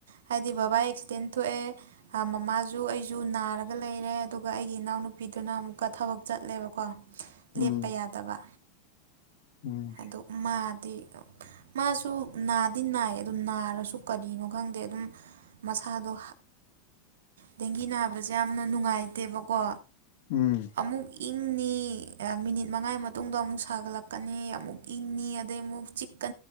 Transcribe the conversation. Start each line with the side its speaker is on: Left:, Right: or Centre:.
Right: ꯍꯥꯏꯗꯤ ꯕꯕꯥ ꯑꯦꯛꯁꯤꯗꯦꯟ ꯊꯣꯛꯑꯦ ꯃꯃꯥꯁꯨ ꯑꯩꯁꯨ ꯅꯥꯔꯒ ꯂꯩꯔꯦ ꯑꯗꯨꯒ ꯑꯩꯒꯤ ꯏꯅꯥꯎ ꯅꯨꯄꯤꯗꯨꯅ ꯑꯃꯨꯛꯀ ꯊꯕꯛ ꯆꯠꯂꯦꯕꯀꯣ
Left: ꯎꯝ
Right: ꯂꯦꯞꯄ ꯌꯥꯗꯕ
Left: ꯎꯝ
Right: ꯑꯗꯨ ꯃꯥꯗꯤ ꯃꯥꯁꯨ ꯅꯥꯗꯤ ꯅꯥꯏ ꯑꯗꯨ ꯅꯥꯔꯁꯨ ꯀꯔꯤꯅꯣ ꯈꯪꯗꯦ ꯑꯗꯨꯝ ꯃꯁꯥꯗꯣ ꯗꯦꯡꯒꯤ ꯅꯥꯕꯁꯦ ꯌꯥꯝꯅ ꯅꯨꯡꯉꯥꯏꯇꯦꯕꯀꯣ
Left: ꯎꯝ
Right: ꯑꯃꯨꯛ ꯏꯪꯅꯤ ꯃꯤꯅꯤꯠ ꯃꯉꯥꯒꯤ ꯃꯇꯨꯡꯗ ꯑꯃꯨꯛ ꯁꯥꯒꯠꯂꯛꯄ ꯀꯅꯤ ꯑꯃꯨꯛ ꯏꯪꯅꯤ ꯑꯗꯩ ꯑꯃꯨꯛ ꯆꯤꯛꯀꯥ